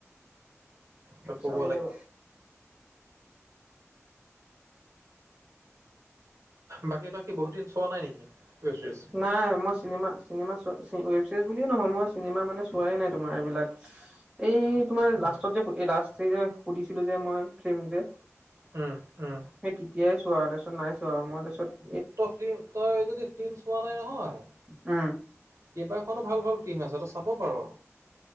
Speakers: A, on the right (about 75°); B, on the right (about 20°).
A: তই ক'ব
B: চাব লাগিব।
A: বাকী তই কি, হুত দিন চোৱা নাই নেকি? Web series.
B: নাই, মই চিনেমা, চিনেমা, ৱেব চিৰিজ বুলিয়ে নহয়, মই চিনেমা মানে চোৱাই নাই তোমাৰ এইবিলাক। এই তোমাৰ
A: উম
B: লাষ্টত যে, এই লাষ্ট এই যে সুধিছিলোঁ যে, মই ফিল্ম যে
A: উম, উম।
B: সেই তেতিয়াই চোৱা, আৰু তাৰ পিছত নাই চোৱা আৰু, মই তাৰ পিছত
A: ত, ফিল্ম, তই যদি ফিল্ম চোৱা নাই নহয়
B: উম।
A: কেইবাখনো ভাল, ভাল ফিল্ম আছে, তই চাব পাৰ।